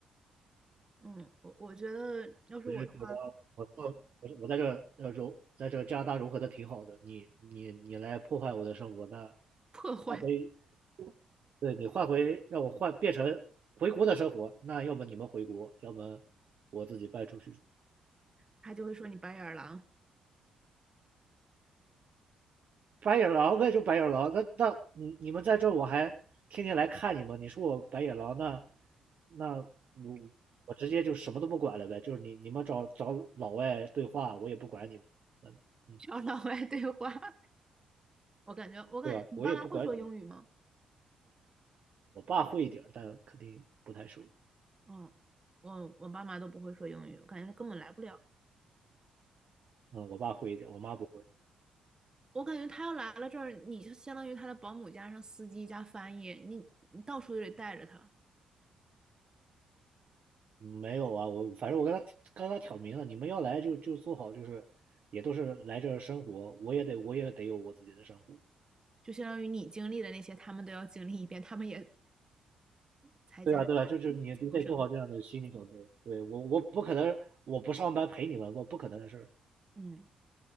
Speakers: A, on the right; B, on the right.
A: 嗯，我我觉得要是我的话，
B: 我是觉得我做我我在这呃融在这加拿大融合的挺好的，你你你来破坏我的生活，那
A: 破坏
B: 那可以对你换回让我换变成回国的生活，那要么你们回国，要么我自己搬出去住。
A: 他就会说你白眼狼，
B: 白眼狼呗，就白眼狼。那那你你们在这儿我还天天来看你们。你说我白眼狼，那那我我直接就什么都不管了呗。就是你你们找找老外对话，我也不管你们。嗯嗯，
A: 找老外对话。<laughs> 我感觉，我感觉你爸妈会说英语吗？
B: 对吧？我也不管你们。我爸会一点但肯定不太熟。
A: 嗯，我我爸妈都不会说英语，我感觉根本来不了。
B: 嗯，我爸会一点，我妈不会。
A: 我感觉他要来了这儿，你就相当于他的保姆加上司机加翻译，你你到处就得带着他，
B: 没有啊，我反正我跟他刚刚挑明了，你们要来就就做好，就是也都是来这儿生活，我也得我也得有我自己的生活。
A: 就相当于你经历的那些，他们都要经历一遍，他们也才加拿大出生。
B: 对啊，对啊，就是你你得做好这样的心理准备。对，我我不可能我不上班陪你们，我不可能的事儿。
A: 嗯，